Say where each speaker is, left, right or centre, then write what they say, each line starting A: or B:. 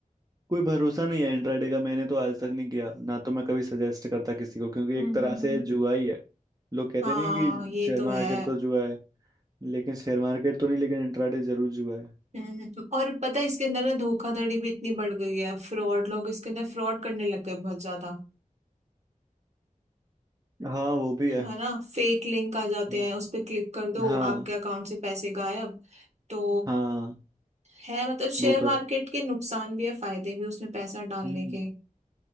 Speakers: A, on the right (about 25°); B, on the right (about 55°).
A: कोई भरोसा नहीं है इंट्राडे का मैंने तो आज तक नहीं किया ना तो मैं कभी सजेस्ट करता किसी को क्योंकि
B: हम्म
A: एक तरह
B: हम्म
A: से
B: हम्म।
A: जुआ ही है लोग कहते
B: हाँ
A: नहीं है कि
B: ये
A: शेयर
B: तो
A: मार्केट
B: है
A: तो जुआ है लेकिन शेयर मार्केट तो नहीं लेकिन इंट्राडे जरूर जुआ है
B: हम्म हम्म। और पता है इसके अंदर ना धोखाधड़ी भी इतनी बढ़ गई है फ्रॉड लोग इसके अंदर फ्रॉड करने लग गए बहुत ज्यादा
A: हाँ वो भी है
B: है ना फेक लिंक आ जाते
A: हम्म।
B: हैं उस पर क्लिक कर दो
A: हाँ
B: आपके अकाउंट से पैसे गायब तो
A: हाँ
B: है मतलब शेयर
A: वो तो
B: मार्केट
A: है
B: के नुकसान भी है फायदे भी उसमें पैसा डालने
A: हम्म
B: के